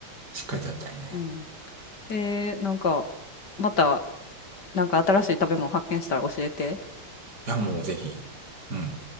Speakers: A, on the right; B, on the left.
A: しっかり食べたいね。
B: うん。えー、なんか、また、なんか新しい食べ物発見したら教えて。
A: いや、もうぜひ。うん。